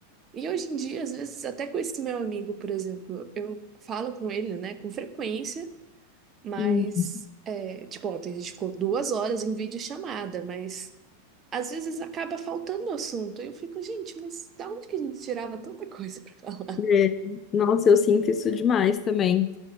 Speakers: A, on the right; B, on the left.
A: E hoje em dia, às vezes, até com esse meu amigo, por exemplo, eu falo com ele, né, com frequência, mas,
B: Uhum.
A: é, tipo, ontem a gente ficou duas horas em videochamada, mas às vezes acaba faltando assunto. Eu fico, gente, mas da onde que a gente tirava tanta coisa pra falar?
B: É, nossa, eu sinto isso demais também.